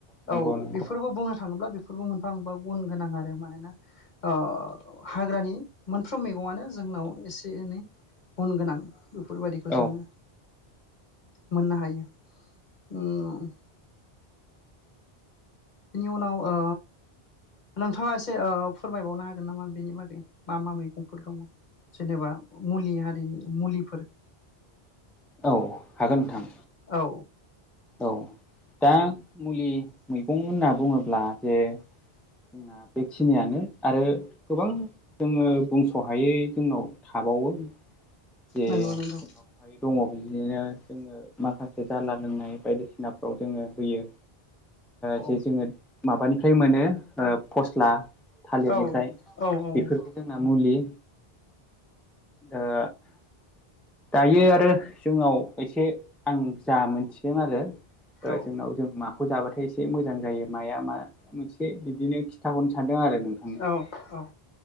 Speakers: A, in the centre; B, on the left.
A: नंगौ
B: औ
A: नंगौ
B: बेफोरबो बुंनो थाङोब्ला बेफोरबो मोनफा मोनबा गुन गोनां आरो मानोना ओ हाग्रानि मोनफ्रोम मैगङानो जोंनाव एसे एनै गुन गोनां बेफोरबायाददिखौ
A: औ
B: जोङो मोननो हायो। उम बिनि उनाव ओ नोंथाङा एसे ओ फोरमायबावनो हागोन नामा बेनि बागै मा मा मैगंफोर दङ जेनेबा मुलि हारिनि मुलिफोर
A: औ हागोन नोंथां।
B: औ
A: औ दा मुलि मैगं होनना बुङोब्ला जे जोंना बेखिनियानो आरो गोबां जोङो बुंस'हायै जोंनाव थाबावो जे जोंनाव
B: नंगौ नंगौ
A: बेहाय दङ बिदिनो जोङो माखासे जानला लोंनाय बायदिसिनाफ्राव जोङो होयो। जे
B: औ
A: जोङो माबानिफ्राय मोनो ओ फस्ला थालिरनिफ्राय
B: औ औ औ
A: बेफोर जोंना मुलि ओ दायो आरो जोंनाव एसे आं जा मोनथिदों आरो
B: औ
A: जोंनाव जों मा फुजाबाथाय एसे मोजां जायो मआ मा मोनसे बिदिनो खिन्थााहरनो सानदों आरो नोंथांनो
B: औ औ।